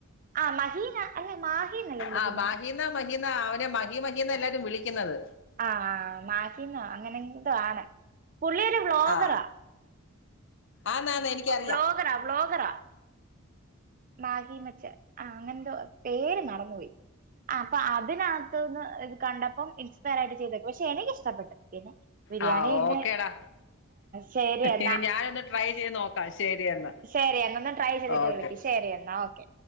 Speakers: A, on the right (about 40°); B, on the left (about 60°).
A: ആഹ് മഹീന അല്ല മാഹിന്നല്ലേ? വിളിക്കുന്നേ
B: ആ മാഹീന്ന മഹീന്നൊ അവനെ മഹീ മഹീന്ന എല്ലാരും വിളിക്കുന്നത്.
A: ആഹ് മാഹീന്നോ അങ്ങനെന്തൊ ആണ് പുള്ളിയൊരു വ്ലോഗറാ.
B: ആഹ് ആന്നാന്ന് എനിക്കറിയാം.
A: വ്ലോഗറ വ്ലോഗറ മാഹി മച്ച ആഹ് അങ്ങനെന്തോ പേര് മറന്ന് പോയി. അപ്പൊ അതിനകത്തുന്ന് ഇത് കണ്ടപ്പം ഇൻസ് പെയറായിട്ട് ചെയ്ത് പക്ഷെ എനിക്കിഷ്ടപ്പെട്ട്. പിന്നെ ബിരിയാണി
B: ആഹ്
A: പിന്നെ
B: ഓക്കേടാ.
A: ശരി എന്നാ
B: ഇനി ഞാനൊന്ന് ട്രൈ ചെയ്ത് നോക്കാം ശരിയന്ന
A: ശരി എന്നൊന്ന് ട്രൈ ചെയ്തിട്ട്
B: ഓക്കെ.
A: വിളിക്ക് ശരി എന്നാ ഓക്കെ.